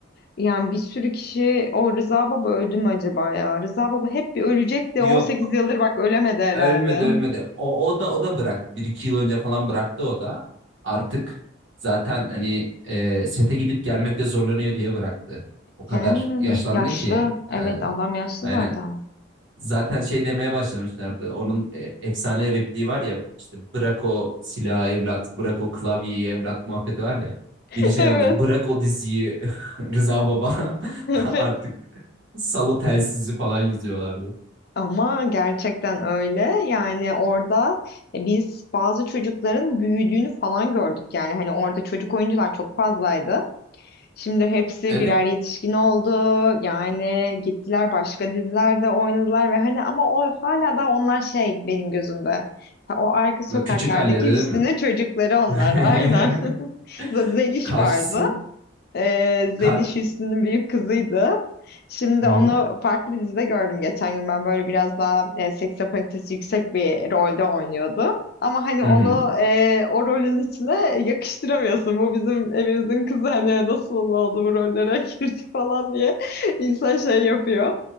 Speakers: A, on the left; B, on the right.
A: Yani bir sürü kişi o Rıza Baba öldü mü acaba ya? Rıza Baba hep bir ölecek de
B: Yok.
A: 18 yıldır bak ölemedi herhalde.
B: Ölmedi ölmedi. O, o da o da bıraktı. Bir iki yıl önce falan bıraktı o da. Artık zaten hani e, sete gidip gelmekte zorlanıyor diye bıraktı. O kadar
A: He,
B: yaşlandı
A: yaşlı.
B: ki.
A: Evet
B: E,
A: adam yaşlı
B: aynen.
A: zaten.
B: Zaten şey demeye başlamışlardı. Onun e, efsane repliği var ya işte bırak o silahı evlat, bırak o klavyeyi evlat muhabbeti var ya.
A: <laughs>
B: Biri şey
A: Evet,
B: yazmış bırak o diziyi <laughs> Rıza Baba <laughs>
A: evet.
B: artık salı telsizi falan yazıyorlardı.
A: Ama gerçekten öyle. Yani orada e, biz bazı çocukların büyüdüğünü falan gördük. Yani hani orada çocuk oyuncular çok fazlaydı. Şimdi hepsi
B: Evet.
A: birer yetişkin oldu. Yani gittiler başka dizilerde oynadılar ve hani ama o hala da onlar şey benim gözümde. Ha, O arka sokaklardaki
B: Küçük halleri değil
A: Hüsnü'nün
B: mi?
A: çocukları onlar.
B: <laughs>
A: Aynen. <laughs> Z- Zeliş
B: Karşısına.
A: vardı. Ee, Zeliş
B: Kar
A: Hüsnü'nün büyük kızıydı. Şimdi
B: Hı hı.
A: onu farklı bir dizide gördüm geçen gün. Ben böyle biraz daha e, seks apalitesi yüksek bir rolde oynuyordu. Ama hani
B: Hı
A: onu
B: hı.
A: e, o rolün içine yakıştıramıyorsun. Bu bizim evimizin kızı hani nasıl oldu bu rollere <laughs> girdi falan diye insan şey yapıyor.